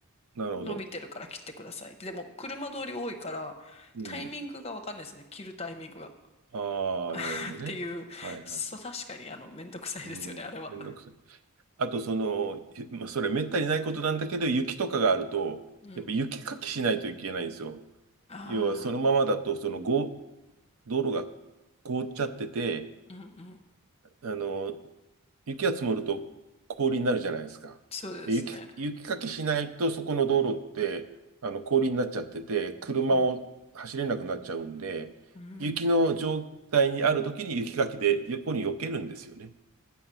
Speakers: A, on the right; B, on the left.
A: なるほど。
B: 伸びてるから切ってくださいって。でも、車通り多いから、
A: うん。
B: タイミングがわかんないですね。切るタイミングが。
A: ああ、
B: <laughs>
A: なるほどね。
B: っていう、
A: はいはい。
B: そう、確かに、あの、めんどくさいですよね、
A: うん。
B: あれは。
A: めんどくさい。あと、その、いまあ、それめったにないことなんだけど、雪とかがあると、
B: うん。
A: やっぱ雪かきしないといけないんですよ。
B: あ
A: 要はそのままだと、そのご道路が凍っちゃってて、
B: あ、うんうん。
A: あの、雪が積もると氷になるじゃないですか。
B: そうですね。
A: で、雪、雪かきしないと、そこの道路って、あの、氷になっちゃってて、車を走れなくなっちゃうんで、
B: うん。うん。
A: 雪の状態にある時に雪かきで横に避けるんですよね。